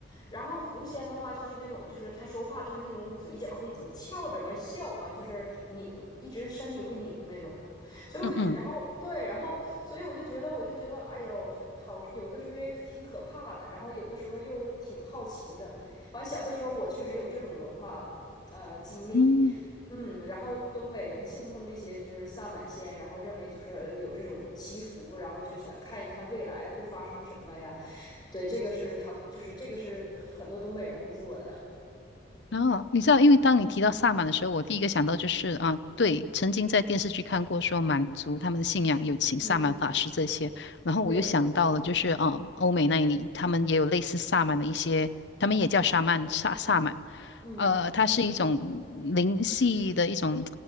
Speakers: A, on the left; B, on the left.
A: 然后狐仙的话就是那种，就是他说话就是那种嘴角会总翘着，完笑，完就是拧，一直身体会拧那种的。所以我就觉，
B: 嗯嗯
A: 然后对，然后所以我就觉得，我就觉得，哎呦，很好，有的时候也可挺可怕的，然后有的时候又挺好奇的。完，小的时候我确实有这种文化呃经历，
B: 嗯，
A: 嗯，然后东北人信奉这些就是萨满仙，然后认为就是有这种祈福，然后就想看一看未来会发生什么呀？对，这个是他就是这个是很多东北人会做的。
B: 然后你知道，因为当你提到萨满的时候，我第一个想到就是啊，对，曾经在电视剧看过说满族他们的信仰有请萨满法师这些，
A: 嗯，
B: 然后我又想到了就是啊，
A: 对，
B: 欧美那里他们也有类似萨满的一些，他们也叫沙曼萨萨满，
A: 嗯
B: 呃，它是一种灵系的一种